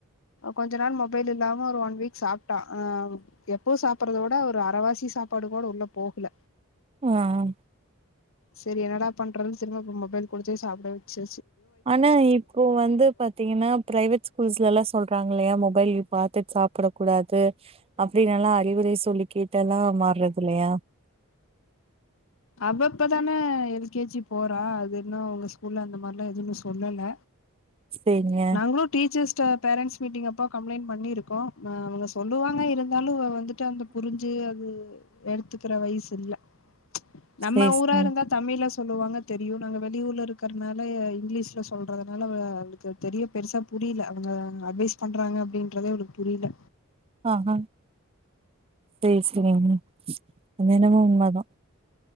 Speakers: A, on the left; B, on the right.
A: கொஞ்ச நாள் மொபைல் இல்லாம ஒரு ஒன் வீக் சாப்பிட்டா அஹ் எப் பூ சாப்பறதோட ஒரு அறவாசி சாப்பாடு கூட உள்ள போகல
B: உஹம்
A: சரி என்னடா பண்றதுன்னு திரும்ப இப்ப மொபைல் குடுத்தே சாப்பிட வச்சு
B: ஆனா இப்போ வந்து பாத்தீங்கன்னா பிரைவேட் ஸ்கூல்ஸ்ல எல்லா சொல்றாங்க லைய மொபைல் பாாரத்துட்டு சாப்பிடக்க கூடாது அப்படின்னு எல்லா அறிவுரை சொல்லிகேட்டுலா மாறது இல்லையா
A: அவ இப்பதானே எல்கேஜி போறா அது இன்னு அங்க ஸ்கூல்ல அந்த மாரி எல்லா எதுவுமே சொல்லல
B: சரிங்க.
A: நாங்களு டீச்சர்ஸ் பேரண்ட்ஸ் மீட்டிங் அப்போ கம்ப்ளைன்ட் பண்ணிருக்கோ அவங்க சொல்லுவாங்க இருந்தாலு வந்துட்டு அந்த புரிஞ்சு அது எடுத்துகிற வயசு இல்ல நம்ம
B: சரி சரிங்க.
A: ஊரா இருந்தா தமிழ்ல சொல்லுவாங்க தெரியு நாங்க வெளியூர்ல இருக்கிறதுனால இங்கிலீஷ்ல சொல்றதுனால அவ அவளுக்கு தெரிய பெருசா புரியல அவங்க அட்வைஸ் பண்றாங்க அப்டிங்கிறதே அவளுக்கு புரில
B: ஆஹ் ஆஹ சேரி சேரி அது என்னமோ உண்மை தா